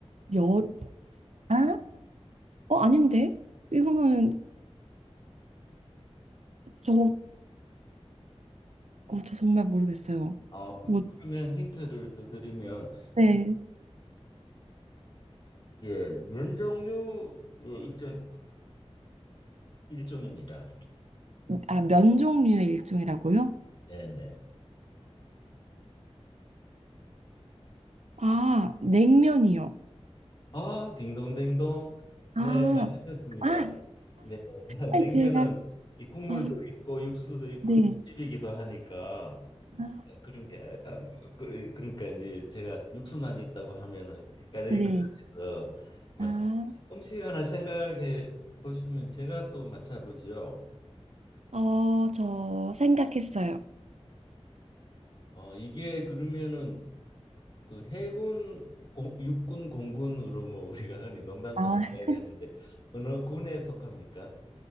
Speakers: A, on the right; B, on the left.
A: 열, 아, 어, 아닌데? 이거는 저, 어, 저 정말 모르겠어요.
B: 아, 뭐,
A: 뭐,
B: 그러면 힌트를 더 드리면
A: 네.
B: 예, 면 종류 예, 일종 일종입니다.
A: 아, 면 종류의 일종이라고요?
B: 네, 네.
A: 아, 냉면이요.
B: 아, 딩동댕동.
A: 아,
B: 네, 맞추셨습니다.
A: 아,
B: 네, <laughs>
A: 아,
B: 냉면은
A: 제가,
B: 이 국물도
A: 아,
B: 있고 육수도 있고
A: 네.
B: 또 비비기도 하니까
A: 아,
B: 그런 게 아, 뭐, 그- 그러니까 이제 제가 육수만 있다고 하면은 헷갈릴
A: 네.
B: 것 같아서 맞
A: 아,
B: 음식 하나 생각해 보시면 제가 또 맞춰보지요.
A: 어, 저 생각했어요.
B: 어, 이게 그러면은 그 해군, 공, 육군, 공군으로 뭐 우리가 흔히 농담 삼아
A: 아,
B: 이야기하는데 어느 군에 속합니까?